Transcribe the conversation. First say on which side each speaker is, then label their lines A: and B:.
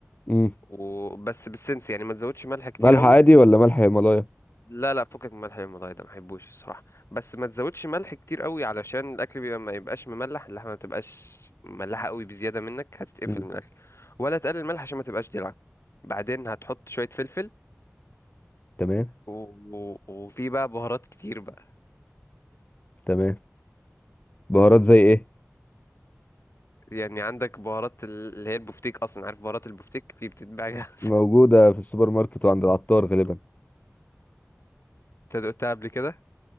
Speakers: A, on the left; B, on the left.
A: امم
B: وبس بالسنس يعني ما تزودش ملح كتير
A: ملح
B: قوي
A: عادي ولا ملح هيمالايا
B: لا لا فكك من الملح المضايق ده ما بحبوش الصراحة بس ما تزودش ملح كتير قوي علشان الاكل بيبقى ما يبقاش مملح اللحمة ما تبقاش مملحة قوي بزيادة منك هتتقفل
A: امم
B: من الاكل ولا تقلل الملح عشان ما تبقاش دلع بعدين هتحط شوية فلفل
A: تمام
B: و... و... وفي بقى بهارات كتير بقى
A: تمام بهارات زي ايه
B: يعني عندك بهارات ال- اللي هي البفتيك اصلا عارف بهارات البفتيك في بتتباع جاهزة
A: موجوده
B: <laughs>
A: في السوبر ماركت وعند العطار غالبا
B: انت دقتها قبل كده